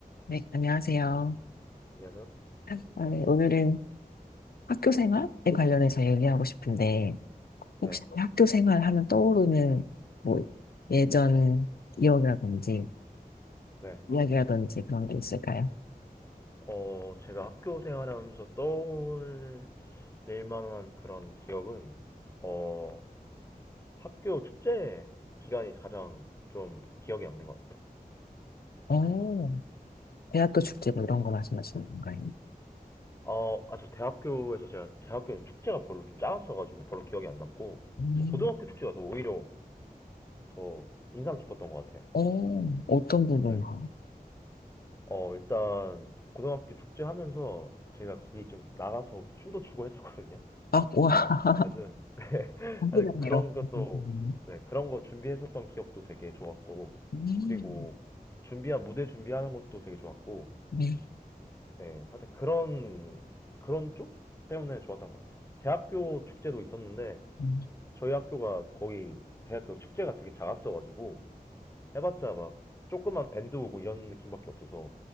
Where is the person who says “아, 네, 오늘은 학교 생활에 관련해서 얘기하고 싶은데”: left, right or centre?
Left